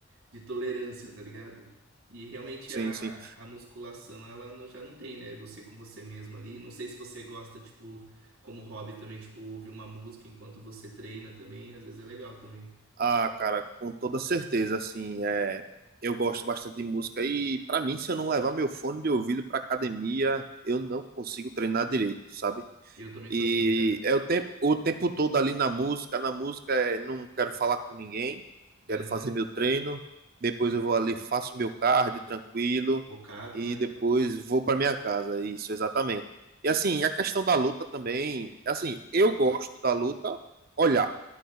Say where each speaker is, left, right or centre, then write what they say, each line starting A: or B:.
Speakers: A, on the right; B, on the right.
A: de tolerância, tá ligado? E realmente
B: sim,
A: a,
B: sim.
A: a musculação, ela não- já não tem, né? Você com você mesmo ali, não sei se você gosta, tipo, como hobby também, tipo, ouvir uma música enquanto você treina também, às vezes é legal também.
B: Ah, cara, com toda certeza, assim, é, eu gosto bastante de música e pra mim, se eu não levar meu fone de ouvido pra academia, eu não consigo treinar direito, sabe?
A: Eu também
B: E
A: sou assim, cara.
B: é o tempo, o tempo todo ali na música. Na música é não quero falar com ninguém, quero
A: Aham.
B: fazer meu treino. Depois eu vou ali, faço meu cardio tranquilo
A: Focado,
B: e
A: né?
B: depois vou para minha casa. Isso, exatamente. E assim, a questão da luta também, assim, eu gosto da luta olhar,